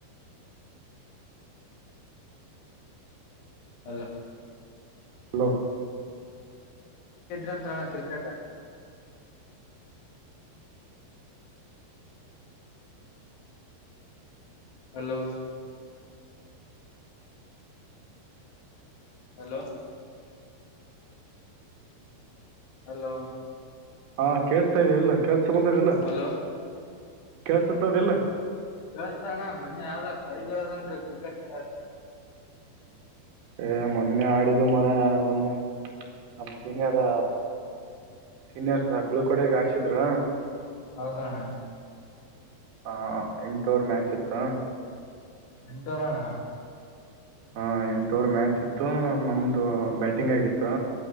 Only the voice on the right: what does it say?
ಹಲೋ
ಹಾ ಕೇಸ್ತಾ ಎಲ್ಲ ಕೇಳ್ಸಕೊಂತದೆಲ್ಲ
ಕಳ್ಸತದೆಲ್ಲ
ಏ ಮೊನ್ನೆ ಆಡಿದು ಮಾರಾಯ ಮೊನ್ನೆ ನಮ ಸೀನಿಯರ್ ಸೀನಿಯರ್ಸ್ ಬೀಳ್ಕೊಂಡಿಗೆ ಗೆ ಹಾಕ್ಸಿದ್ರು
ಹಾ ಎಂಟೋರ್ ಮ್ಯಾಚ್ ಇತ್ತ
ಹಾ ಎಂಟೂರ್ ಮ್ಯಾಚ್ ಇತ್ತು ನಮ್ದು ಬ್ಯಾಟಿಂಗ್ ಆಗಿತ್ತು